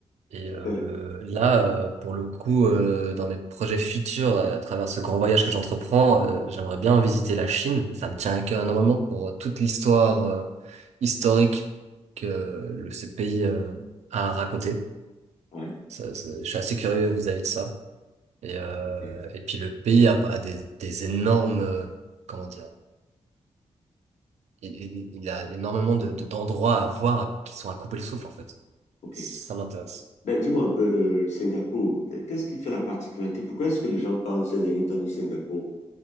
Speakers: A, on the right; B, on the left.
A: Et
B: super.
A: euh, là, euh, pour le coup, euh, dans mes projets futurs, euh, à travers ce grand voyage que j'entreprends, euh, j'aimerais bien visiter la Chine. Ça me tient à cœur énormément pour euh, toute l'histoire euh, historique que euh, le- ce pays euh, a raconté.
B: Ouais.
A: Ça, ça- je suis assez curieux vis-à-vis de ça. Et, euh,
B: Ok.
A: et puis le pays a, a des, des énormes, euh, comment dire, il, il- il a énormément de, de- d'endroits à voir qui sont à couper le souffle en fait.
B: ok.
A: Ça m'intéresse.
B: Ben, dis-moi un peu le Singapour. Qu'est-ce qui fait la particularité? Pourquoi est-ce que les gens parlent ces derniers temps du Singapour?